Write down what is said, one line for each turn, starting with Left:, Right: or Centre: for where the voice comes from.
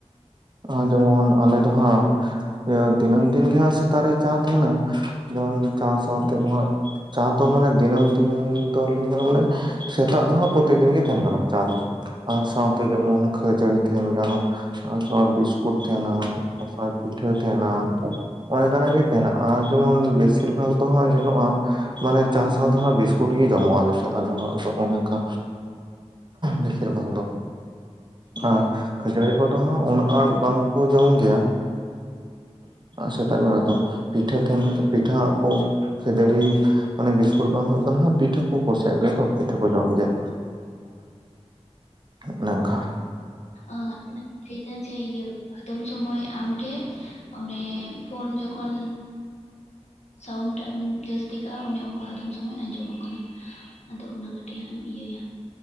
Right: ᱟᱨ ᱡᱮᱢᱚᱱ ᱟᱞᱮ ᱫᱚ ᱦᱟᱸᱜ ᱫᱤᱱᱟᱹᱢ ᱫᱤᱱ ᱜᱮ ᱦᱟᱸᱜ ᱥᱮᱛᱟᱜ ᱨᱮ ᱪᱟ ᱛᱟᱦᱮᱱᱟ ᱡᱮᱢᱚᱱ ᱪᱟ ᱥᱟᱶᱛᱮ ᱫᱚ ᱦᱟᱸᱜ ᱪᱟᱸ ᱫᱚ ᱢᱟᱱᱮ ᱫᱤᱱᱟᱹᱢ ᱫᱤᱱ ᱫᱚ ᱞᱟᱹᱭ ᱜᱟᱱᱚᱜ-ᱟ ᱢᱟᱱᱮ ᱥᱮᱛᱟᱜ ᱫᱚ ᱦᱟᱸᱜ ᱯᱨᱚᱛᱤ ᱫᱤᱱ ᱜᱮ ᱛᱟᱦᱮᱱ ᱠᱟᱱᱟ ᱪᱟ ᱫᱚ ᱟᱨ ᱥᱟᱶᱛᱮ ᱡᱮᱢᱚᱱ ᱠᱷᱟᱹᱡᱟᱹᱲᱤ ᱛᱟᱡᱮᱱ ᱠᱟᱱᱟ ᱟᱨ ᱥᱟᱣᱛᱮ ᱠᱩ ᱛᱟᱦᱮᱱᱟ ᱚᱱᱟ ᱥᱟᱞᱟᱜ ᱯᱤᱴᱷᱟᱹ ᱛᱟᱦᱮᱱᱟ᱾ ᱚᱱᱮ ᱚᱱᱠᱟᱱᱟᱜ ᱜᱮ ᱛᱟᱦᱮᱱᱟ ᱟᱨ ᱡᱮᱢᱚᱱ ᱵᱮᱥᱤᱨ ᱵᱷᱟᱜᱽ ᱫᱚ ᱦᱟᱸᱜ ᱧᱮᱞᱚᱜᱼᱟ᱾ ᱢᱟᱱᱮ ᱪᱟ ᱥᱟᱸᱶ ᱫᱚ ᱦᱟᱸᱜ ᱵᱤᱥᱠᱩᱴ ᱜᱮ ᱡᱚᱢᱚᱜ ᱟᱞᱮ ᱥᱮᱫ ᱟᱞᱮ ᱚᱲᱟᱜ ᱨᱮ ᱫᱚ ᱚᱱᱮ ᱚᱝᱠᱟ᱾ ᱵᱮᱥᱤᱨ ᱵᱷᱟᱜᱽ ᱫᱚ ᱦᱮᱸᱻ
Left: ᱚ
Right: ᱠᱷᱟᱹᱡᱟᱹᱲᱤ ᱠᱚᱫᱚ ᱩᱱᱟᱹᱜ ᱟᱸᱴ ᱵᱟᱝᱠᱚ ᱡᱚᱢ ᱜᱮᱭᱟ ᱥᱮᱛᱟᱜ ᱵᱮᱲᱟ ᱫᱚ ᱯᱤᱴᱷᱟᱹ ᱛᱟᱦᱮᱱ ᱯᱤᱴᱷᱟᱹ ᱦᱟᱸᱜ ᱠᱚ ᱠᱷᱟᱹᱡᱟᱹᱲᱤ ᱢᱟᱱᱮ ᱵᱤᱥᱠᱩᱴ ᱵᱟᱝ ᱦᱩᱭᱩᱜ ᱠᱟᱱ ᱠᱷᱟᱱ ᱯᱤᱴᱷᱟᱹ ᱠᱚ ᱠᱩᱥᱤᱭᱟᱜ ᱜᱮᱭᱟ ᱛᱚ ᱯᱤᱴᱷᱟᱹ ᱠᱚ ᱡᱚᱢ ᱜᱮᱭᱟ ᱚᱱᱮ ᱚᱝᱠᱟ
Left: ᱚ ᱞᱟᱹᱭ ᱫᱟ ᱡᱮ ᱤᱭᱟᱹ ᱟᱫᱚᱢ ᱥᱚᱢᱚᱭ ᱟᱢ ᱴᱷᱮᱡ ᱚᱱᱮ ᱯᱷᱳᱱ ᱡᱚᱠᱷᱚᱱ ᱥᱟᱣᱩᱱ ᱴᱟᱜ ᱮᱢ ᱡᱟᱹᱥᱛᱤ ᱠᱟᱜᱼᱟ ᱚᱱᱮ ᱚᱱᱠᱟ ᱟᱫᱚᱢ ᱥᱚᱢᱚᱭ ᱟᱸᱡᱚᱢᱚᱜ ᱠᱟᱱᱟ᱾ ᱟᱫᱚ ᱚᱱᱟ ᱠᱟᱹᱴᱤᱡ ᱦᱟᱸᱜ ᱮᱢ ᱤᱭᱟᱹᱭᱟ